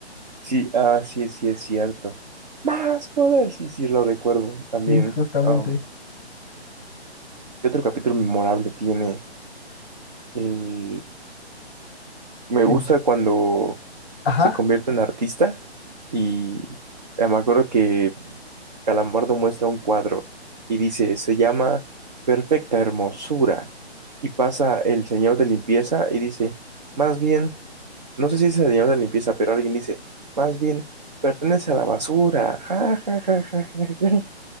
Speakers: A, on the right; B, on the left.
A: Sí, ah, sí, sí, es cierto. Más poder, sí, sí, lo recuerdo también.
B: Sí, justamente.
A: Am, ¿qué otro capítulo memorable tiene? eh, Me
B: El-
A: gusta cuando
B: Ajá,
A: se convierte en artista y eh, me acuerdo que Calamardo muestra un cuadro y dice, se llama Perfecta Hermosura. Y pasa el señor de limpieza y dice, más bien, no sé si es el señor de limpieza, pero alguien dice, más bien, pertenece a la basura. Ja, ja, ja, ja, ja, ja".